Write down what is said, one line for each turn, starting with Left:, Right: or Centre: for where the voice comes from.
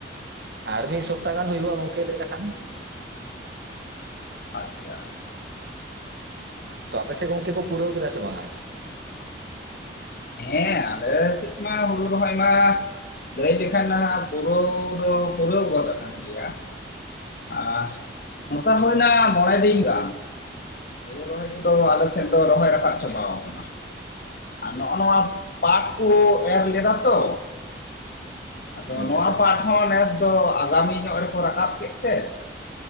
Right: ᱟᱨ ᱢᱤᱫ ᱥᱚᱯᱛᱟ ᱜᱟᱱ ᱦᱩᱭᱩᱜᱼᱟ ᱜᱚᱝᱠᱮ ᱞᱟᱹᱭ ᱞᱮᱠᱷᱟᱱ᱾
Left: ᱟᱪᱪᱷᱟ᱾
Right: ᱛᱚ ᱟᱯᱮ ᱥᱮᱫ ᱜᱚᱝᱠᱮ ᱠᱚ ᱯᱩᱨᱟᱹᱣ ᱠᱮᱫᱟ ᱥᱮ ᱵᱟᱝᱟ?
Left: ᱦᱮᱸ ᱟᱞᱮ ᱥᱮᱫ ᱢᱟ ᱦᱩᱲᱩ ᱨᱚᱦᱚᱭ ᱢᱟ, ᱞᱟᱹᱭ ᱞᱮᱠᱷᱟᱱᱟ ᱯᱩᱨᱟᱹᱣ ᱯᱩᱨᱟᱹᱣᱻ ᱯᱩᱨᱟᱹᱣ ᱜᱚᱫ ᱟᱠᱟᱱ ᱜᱮᱭᱟ᱾ ᱟᱨ, ᱱᱚᱝᱠᱟ ᱦᱳᱭᱱᱟ ᱢᱚᱬᱮ ᱫᱤᱱ ᱜᱟᱱ᱾ ᱦᱳᱲᱤ ᱨᱚᱦᱚᱭ ᱠᱚᱫᱚ ᱟᱞᱮ ᱥᱮᱫ ᱫᱚ ᱨᱚᱦᱚᱭ ᱨᱟᱠᱟᱵ ᱪᱟᱵᱟᱣ ᱠᱟᱱᱟ᱾ ᱟᱨ ᱱᱚᱜᱼᱚ ᱱᱚᱣᱟ ᱯᱟᱴ ᱠᱚ ᱮᱨ ᱞᱮᱫᱟ ᱛᱚ, ᱟᱫᱚ
Right: ᱟᱪᱪᱷᱟ
Left: ᱱᱚᱣᱟ
Right: ᱟᱪᱪᱷᱟ
Left: ᱯᱟᱴ ᱦᱚᱸ ᱱᱮᱥ ᱫᱚ ᱟᱜᱟᱢᱤ ᱧᱚᱜ ᱨᱮᱠᱚ ᱨᱟᱠᱟᱵ ᱠᱮᱫ ᱛᱮ